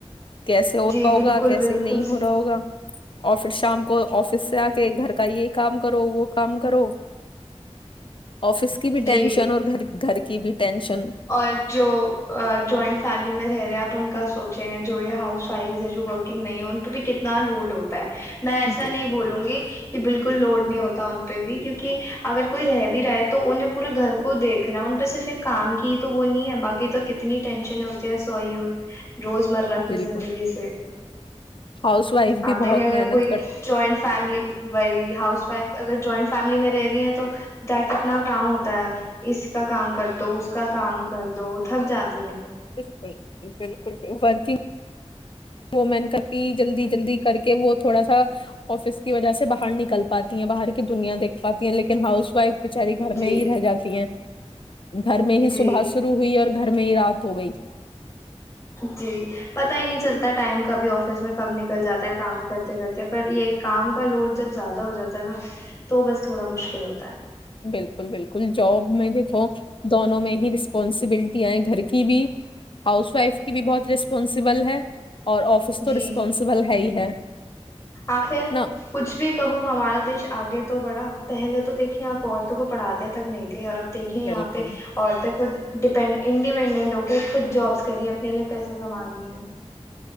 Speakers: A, on the left (about 50°); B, on the left (about 30°).
A: کیسے ہو رہا
B: جی
A: ہوگا
B: بالکل
A: کیسے
B: بالکل
A: نہیں ہو
B: صحیح
A: رہا ہوگا اور پھر شام کو آفس سے آ کے گھر کا یہ کام کرو وہ کام کرو آفس کی بھی
B: جی
A: ٹینشن اور گھر گھر کی بھی ٹینشن
B: اور جو جوائنٹ فیملی میں رہ رہے ہیں آپ ان کا سوچے ہیں جو یہ ہاؤس وائف ہے جو ورکنگ نہیں ہے ان پہ بھی کتنا لوڈ ہوتا ہے میں ایسا
A: بالکل
B: نہیں بولوں گی کہ بالکل کو لوڈ نہیں ہوتا ان پہ بھی کیونکہ اگر کوئی رہ بھی رہا ہے تو انہیں پورا گھر کو دیکھنا ہے ان پہ صرف ایک کام کی تو وہ نہیں ہے باقی تو کتنی ٹینشن ہوتی ہے س روز مرہ کی
A: بالکل
B: زندگی سے
A: ہاؤس وائف بھی
B: آپ دیکھیں
A: بہت
B: اگر
A: محنت
B: کوئی
A: کر
B: جوائنٹ فیملی بھائی ہاؤس وائف اگر جوائنٹ فیملی میں رہ رہی ہیں توتنا کام ہوتا ہے اس کا کام کر دو کا کام کر دو تھک جاتا
A: بالکل بالکل ف <unintelligible> وہ مین کای جلدی جلدی کر کے وہ تھوڑا سا آفس کی وجہ سے باہر نکل پاتی ہیں باہر کی دنیا دیکھ پاتی ہیں لیکن ہاؤس وائف بچاری گھر
B: جی
A: میں ہی رہ جاتی ہیں گھر میں ہی
B: جی
A: صبح شروع ہوئی اور گھر میں ہی رات ہو گئی
B: جی پتا ہی نہیں چلتا ٹائم کا بھی آفس میں کم نکل جاتا ہے کام کرتے کرتے پر یہ کام کا لوڈ جب زیادہ ہو جاتا ہے نا تو بس تھوڑا مشکل ہوتا
A: بالکل بالکل جاب میں دیکھو دونوں میں ہی رسپانسبلٹی گھر کی بھی ہاؤس وائف کی بھی بہت ریسپانسبل ہے اور آفس
B: ہے
A: تو
B: جی
A: رسپونسبل ہے ہی ہے
B: آخر
A: نا
B: کچھ بھی کہو ہمارا دیش آگے تو بڑا پہلے تو دیکھے آپ عورتوں کو پڑاتے ہیں تک نہیں تھ اور اب دیکیں یہاں
A: بالکل
B: پہ عورتیں خود ڈیپینڈ انڈیپینڈنٹ ہو کے خود جابس کری اپنے لیے پیسہ کما رہی ہیں